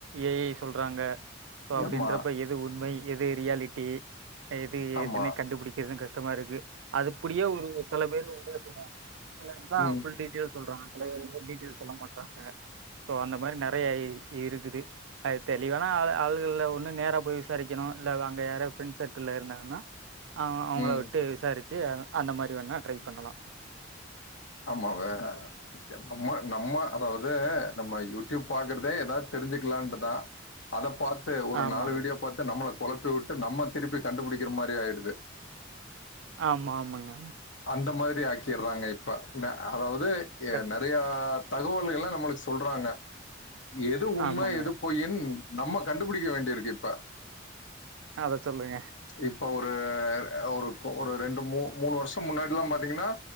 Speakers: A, on the right; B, on the left.
A: ஏஐ சொல்றாங்க இப்ப அப்டின்றப்ப
B: ஆமா
A: எது உண்மை எது ரியாலிட்டி எது
B: ஆமா
A: எதுனே கண்டுபுடிக்கிறது கஷ்டமா இருக்கு அது அப்டியே ஒரு சில பேரு உதாசின சிலர் தா
B: ம்
A: ஃபுல் டீட்டெயல்ஸ் சொல்றாங்க சில பேர் இருந்து டீட்டெயஸ் சொல்ல மாட்டாங்க சோ அந்த மாரி நறைய இ இருக்குது அது தெளிவானா ஆள் இதுல ஒன்னு நேர போய் விசாரிக்கணு இல்ல அங்க யாரா ஃப்ரெண்ட் சர்க்கிள்ள இருந்தாங்கன்னா அவ அவங்கள
B: ம்
A: விட்டு விசாரிச்சு அந்த மாரி வேணா ட்ரை பண்ணலா
B: ஆமாவே நம்ம நம்ம அதாவது நம்ம யூடியூப் பாக்குறதே ஏதாவது தெரிஞ்சுக்கலான்ட்டுதா அத பாத்து ஒரு
A: ஆமாங்க
B: நாலு வீடியோ பாத்து நம்மள கொழப்பி விட்டு நம்ம திருப்பி கண்டுபிடிக்கிற மாரி ஆயிடுது
A: ஆமா ஆமாங்க
B: அந்த மாரி ஆக்கிறாங்க இப்ப அதாவது
A: கண்டி
B: நறைய தகவல் எல்லா நம்மளுக்கு சொல்றாங்க எது உண்ம
A: ஆமாங்க
B: எது பொய்யின் நம்ம கண்டுபிடிக்க வேண்டியிருக்கு இப்ப
A: அத சொல்லுங்க
B: இப்ப ஒரு ஒரு ஒரு ரெண்டு மூ மூணு வருஷ முன்னாடில்லா பாத்தீங்கன்னா